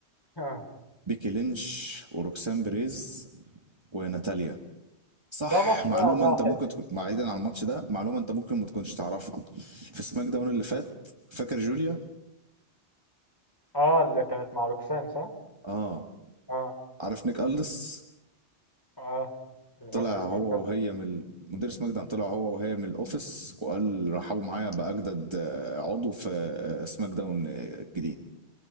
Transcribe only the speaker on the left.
<laughs> آه.
ده ماتش
بقى ده
حلو
أه اللي كانت مع روكسان صح؟
أه
أه اللي
ماسك سماك